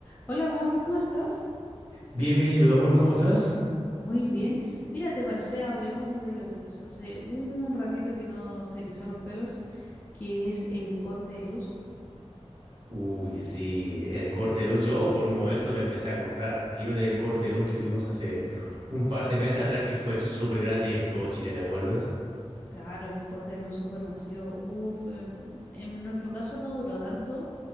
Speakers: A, on the left (about 15°); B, on the right (about 50°).
A: Hola amor, ¿cómo estás?
B: Bienvenido, amor, ¿cómo estás?
A: Muy bien. Mira, ¿te parece? Hablemos de lo que pasó hace un ratito que nos erizó los pelos, que es el corte de luz.
B: Uy, sí, el corte de luz. Yo por un momento me empecé a acordar al tiro del corte de luz que tuvimos hace un par de meses atrás, que fue súper grande y en todo Chile, ¿te acuerdas?
A: Claro, el corte de luz supermasivo. Uf, eh, en nuestro caso no duró tanto,